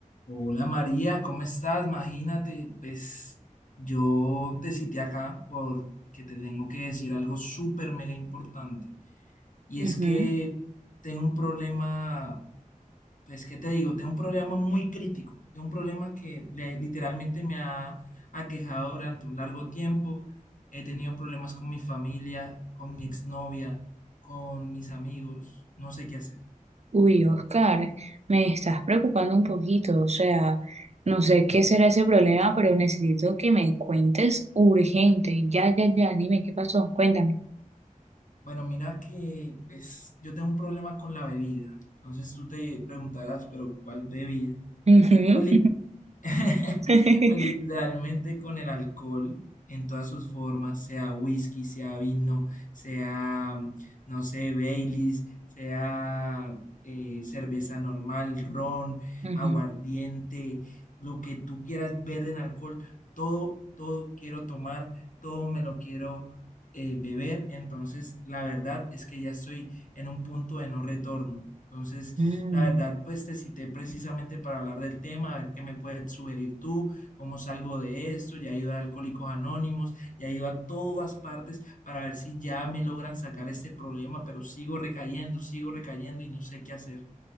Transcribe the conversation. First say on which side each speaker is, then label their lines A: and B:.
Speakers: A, on the left; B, on the right.
A: Hola María, ¿cómo estás? Imagínate, pues yo te cité acá porque te tengo que decir algo súper mega importante. Y
B: Ujú.
A: es que tengo un problema, pues ¿qué te digo? Tengo un problema muy crítico. Tengo un problema que le- literalmente me ha aquejado durante un largo tiempo. He tenido problemas con mi familia, con mi exnovia, con mis amigos. No sé qué hacer.
B: Uy, Oscar, me estás preocupando un poquito, o sea, no sé qué será ese problema, pero necesito que me cuentes urgente. Ya, ya, ya, dime qué pasó, cuéntame.
A: Bueno, mira que pues, yo tengo un problema con la bebida. Entonces tú te preguntarás, pero ¿cuál bebida?
B: Ujú.
A: Pues li- <laughs>
B: <laughs>
A: Pues literalmente con el alcohol en todas sus formas, sea whisky, sea vino, sea, mm, no sé, Baileys, sea eh, cerveza normal, ron,
B: Ujú.
A: aguardiente, lo que tú quieras ver en alcohol, todo, todo quiero tomar, todo me lo quiero eh, beber. Entonces, la verdad es que ya estoy en un punto de no retorno. Entonces,
B: Mm.
A: la verdad, pues te cité precisamente para hablar del tema, a ver qué me puedes sugerir tú, cómo salgo de esto. Ya he ido a Alcohólicos Anónimos, ya he ido a todas partes para ver si ya me logran sacar este problema, pero sigo recayendo, sigo recayendo y no sé qué hacer.